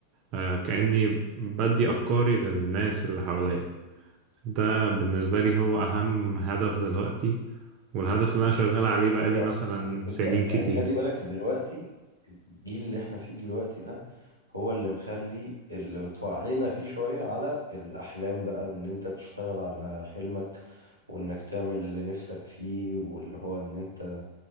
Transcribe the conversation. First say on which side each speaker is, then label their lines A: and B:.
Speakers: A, on the right; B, on the right.
A: آه، كأني بدي افكاري للناس اللي حواليا ده بالنسبة لي هو اهم هدف دلوقتي والهدف اللي انا شغال
B: كده
A: عليه
B: كده
A: بقالي
B: هي اصلا
A: مثلا
B: بتبدا
A: سنين كتير
B: يعني خلي بالك إن دلوقتي الجيل اللي احنا فيه دلوقتي ده هو اللي مخلي اللي توعينا فيه شويه على الاحلام بقى وان انت تشتغل على حلمك وانك تعمل اللي نفسك فيه واللي هو ان انت